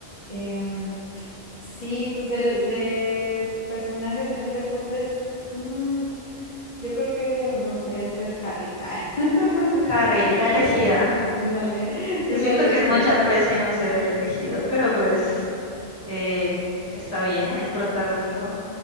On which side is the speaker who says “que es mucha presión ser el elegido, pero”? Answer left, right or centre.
Left